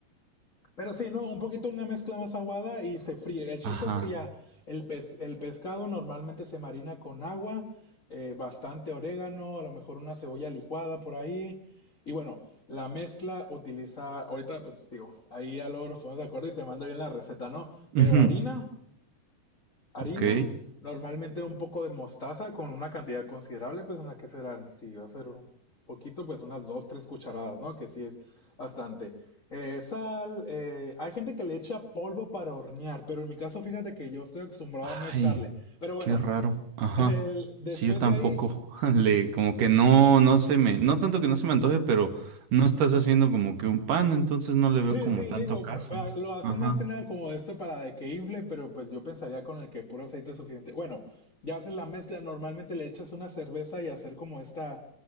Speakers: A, on the left; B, on the right.
A: Pero sí, no, un poquito una mezcla más aguada y se fríe. El chiste
B: Ajá.
A: es que ya el, pes- el pescado normalmente se marina con agua, eh, bastante orégano, a lo mejor una cebolla licuada por ahí. Y bueno, la mezcla utiliza, ahorita pues digo, ahí ya luego nos ponemos de acuerdo y te mando bien la receta, ¿no?
B: Ujú.
A: Pero harina, Harina,
B: Ok.
A: normalmente un poco de mostaza con una cantidad considerable, pues una que serán, si va a ser un poquito, pues unas dos, tres cucharadas, ¿no? Que sí es bastante. Eh, sal, eh, hay gente que le echa polvo para hornear, pero en mi caso fíjate que yo estoy acostumbrado
B: Ay,
A: a no echarle. Pero bueno,
B: qué raro. Ajá.
A: el- después
B: Sí, yo tampoco.
A: de ahí
B: <laughs> Le, como que no, no se me, no tanto que no se me antoje, pero no estás haciendo como que un pan, entonces no le veo
A: Sí,
B: como
A: sí,
B: tanto
A: sí, digo,
B: caso.
A: pa- pa- lo hacen
B: Ajá.
A: más que nada como esto para de que infle, pero pues yo pensaría con el que puro aceite es suficiente. Bueno, ya haces la mezcla, normalmente le echas una cerveza y hacer como esta